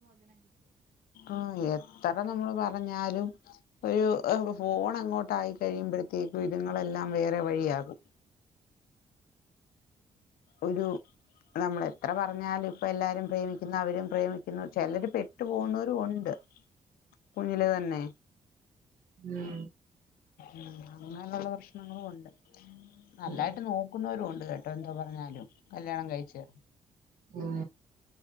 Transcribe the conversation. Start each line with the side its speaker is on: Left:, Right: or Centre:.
Left: ആഹ് എത്ര നമ്മള് പറഞ്ഞാലും ഒരു അഹ് ഫോണങ്ങോട്ടായി കഴിയുമ്പഴത്തേക്കും ഇതുങ്ങളെല്ലാം വേറെ വഴി ആകും ഒരു നമ്മള് എത്ര പറഞ്ഞാലും ഇപ്പ എല്ലാരും പ്രേമിക്കുന്ന അവരും പ്രേമിക്കുന്നു. ചെലര് പെട്ടു പോവുന്നോരും ഉണ്ട്, കുഞ്ഞില തന്നെ
Right: ഉം
Left: ഉം അങ്ങനുള്ള പ്രശ്നങ്ങളും ഉണ്ട് നല്ലായിട്ട്
Right: ഉം
Left: നോക്കുന്നവരു ഒ ല്ലട്ടോ എന്തോ പറഞ്ഞാലും, കല്യാണം കഴിച്ച്
Right: ഉം